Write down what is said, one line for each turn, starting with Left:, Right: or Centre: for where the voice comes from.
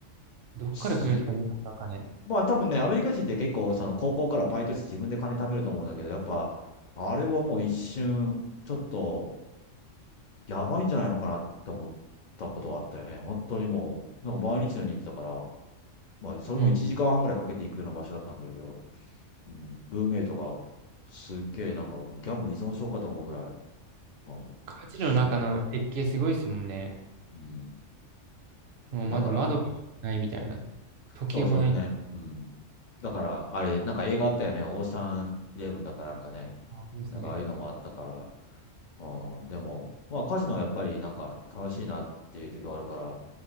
Right: どっから来るんですかね、
Left: すげえ。
Right: その金。
Left: まあ多分ね、アメリカ人って結構その高校からバイトして自分で金貯めると思うんだけど、やっぱ、あれはもう一瞬、ちょっと、やばいんじゃないのかなって思ったことはあったよね。本当にもう、なんか毎日のように行ってたから、まあそれも1時間半ぐらいかけていくような場所だったんだけど、
Right: うん。
Left: うん、ルーメイトが、すっげえなんかもうギャンブル依存症かと思うぐらい、うん、
Right: 家事の中の設計すごいですもんね。
Left: す、うん、
Right: もうまず窓もないみたいな。
Left: だから、
Right: 時計もないって。
Left: そうそうね。うん。だから、あれ、なんか映画あったよね。オーシャンイレブンだかなんかね。
Right: ありますね。
Left: なんかああいうのもあったから。うん。でも、まあカジノはやっぱりなんか楽しいなっていう時はあるから、